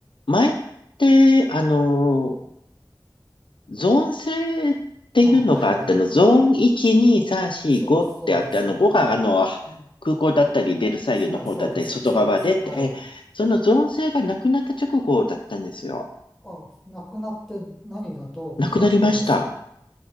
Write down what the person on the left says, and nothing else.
前って、あの、ゾーン制っていうのがあっての、
ゾーン1、2、3、4、
5ってあって、
あの、5があの、
空港だったり、ベルサイユの方だったり、
外側でって、
えそのゾーン制がなくなった直後だったんですよ。
なくなりました。